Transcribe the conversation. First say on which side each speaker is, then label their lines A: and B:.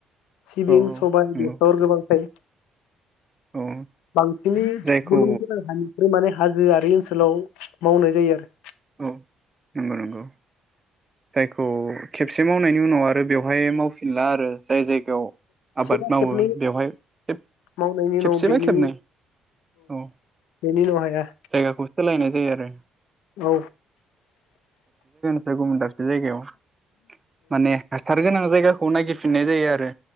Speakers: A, on the left; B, on the right.
A: सिबिं
B: औ औ
A: सबाय
B: नंगौ
A: बेसर गोबां थायो।
B: औ
A: बांसिनै
B: जायखौ
A: गुलुं गोनां हानिफ्राय माने हाजोआरि ओनसोलाव मावनाय जायो आरो।
B: औ नंगौ नंगौ जायखौ खेबसे मावनायनि उनाव आरो बेयाव हाय मावफिनला आरो। जाय जायगायाव आबाद
A: सेबा
B: मावो
A: खेबनै
B: बेवहाय खेब
A: मावनायनि उनाव
B: खेबसेबा
A: बेनि
B: खेबनै औ
A: बेनि उनाव हाया
B: जायगाखौ सोलायनाय जायो आरो।
A: औ
B: <unintelligible> बे जायगायाव माने हासार गोनां जायगा खौ नायगिरफिननाय जायो आरो।